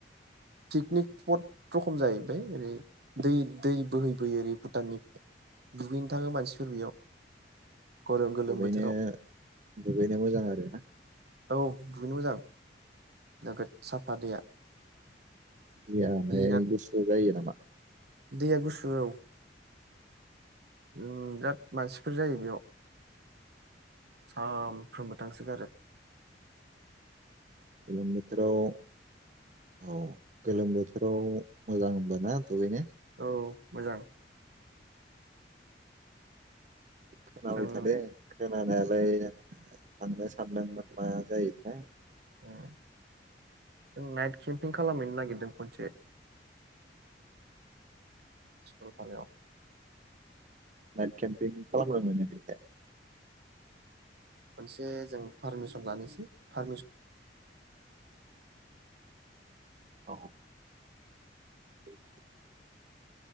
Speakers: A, on the right; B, on the right.
A: पिकनिक स्पट रखम जाहैबाय ओरै दै दै बोहै बोयो ओरै भुटाननिफ्राय दुगैनो थाङो मानसिफोर बेयाव गरम गोलोम
B: दुगैनो
A: बोथोराव
B: दुगैनो मोजां आरो ना?
A: औ दुगैनो मोजां नोगोद साफा दैया
B: दैया ओमफ्राय
A: बिराद
B: गुसु जायो नामा?
A: दैया गुसु औ। उम बिराद मानसिफोर जायो बेयाव सानफ्रोमबो थांसो गारो।
B: गोलोम बोथोराव औ गोलोम बोथोराव मोजां होमबा ना दुगैनो?
A: औ मोजां।
B: खोनाबाय
A: जों
B: थादों खोनानायालाय <unintelligible> थांनो सानदोंमोन मा जायोथाय।
A: उज्ञ जों नाइट केम्पिं खालामहैनो नागिरदों खनसे। सलपारायाव।
B: नाइट केम्पिं खालामनो मोनो बेहाय।
A: मोनसे जों पारमिसन लानिसै पारमिस
B: औ। <inaudible>